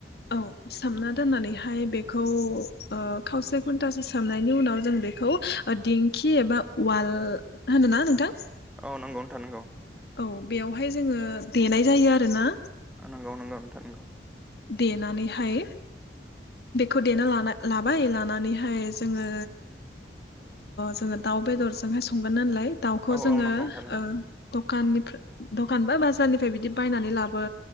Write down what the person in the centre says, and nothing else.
औ नंगौ नोंथां नोंगौ
नंगौ नंगौ नथार नंगौ।
औ
औ नंगौ नोंथां नंगौ